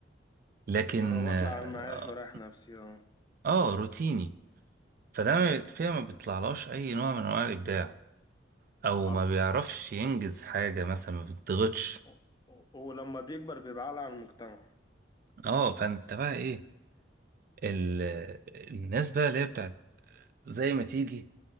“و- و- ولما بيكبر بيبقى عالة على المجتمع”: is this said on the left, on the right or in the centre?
Left